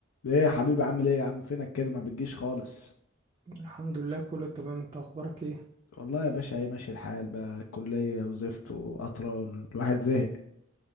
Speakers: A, on the left (about 80°); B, on the right (about 25°).
A: ايه يا حبيبي عامل ايه يا عم فينك كده ما بتجيش خالص
B: الحمد لله كله تمام انت اخبارك ايه
A: والله يا باشا ايه ماشي الحال بقى كلية وزفت وقطران الواحد زهق